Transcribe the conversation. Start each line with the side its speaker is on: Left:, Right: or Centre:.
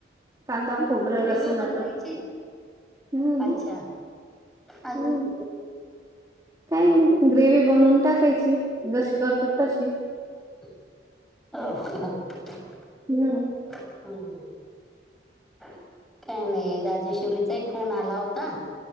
Right: कांदा खबर
Centre: ग्रेवी
Right: लसण
Centre: बनवायची
Right: अद्रक हम्म.
Centre: अच्छा अजून
Right: हम्म काय नाही. ग्रेवी बनवून टाकायची जशी करतो तशी.
Centre: <inaudible>
Right: हम्म.
Centre: हम्म काय नाही राजेश्वरीचाही फोन आला होता.